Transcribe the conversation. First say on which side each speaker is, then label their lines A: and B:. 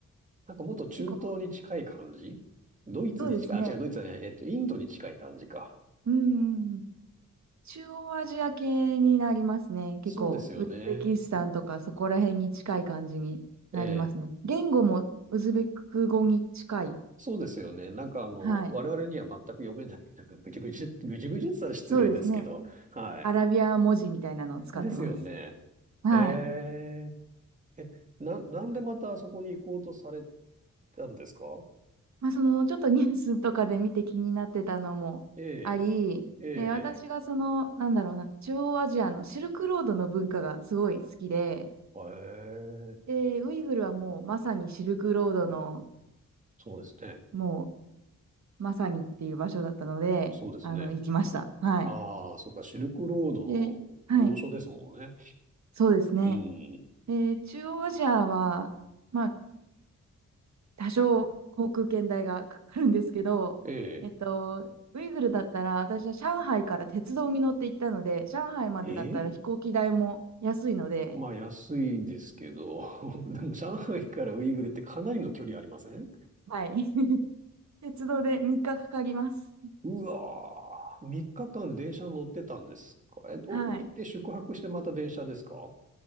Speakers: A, on the right; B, on the right.
A: なんかもっと中東に近い感じドイツに近い、
B: 結構、そうですね。
A: あ、違う、ドイツじゃない、えっと、インドに近い感じか。
B: うんうんうん。中央アジア系になりますね。結構、
A: そうですよね。
B: ウズベキスタンとかそこら辺に近い感じになりますね。
A: ええ、
B: 言語もウズベク語に近い。
A: そうですよね。なんかあの、
B: はい。
A: 我々には全く読めない、なんかぐじゅぐじゅ、ぐじゅぐじゅって言ったら失礼ですけど、
B: そうですね。
A: はい。
B: アラビア文字みたいなのを使ってます。
A: ですよね。
B: はい。
A: へーな、なんでまたそこに行こうとされたんですか
B: まあ、その、ちょっとニュースとかで見て気になってたのもあり、
A: ええ、え
B: で、私がその、
A: え、
B: なんだろうな、中央アジアのシルクロードの文化がすごい好きで、
A: ええ、
B: で、ウイグルはもうまさにシルクロードの
A: そうですね。
B: もうまさにっていう場所だったので、
A: そうですね。
B: あの、行きました。はい。
A: ああ、そっか、シルクロードの要所ですもんね。
B: で、はい。そうですね。
A: うん。
B: で、中央アジアは、まあ、多少航空券代がかかるんですけど、
A: ええ、
B: えっと、ウイグルだったら、私は上海から鉄道に乗って行ったので、上海までだったら飛行機代も安いので、
A: ええ、まあ安いですけど、<laughs> でも上海からウイグルってかなりの距離ありません
B: はい。<laughs> 鉄道で3日かかかります。
A: うわー、3日間電車乗ってたんですかえっと、
B: はい。
A: 降りて宿泊してまた電車ですか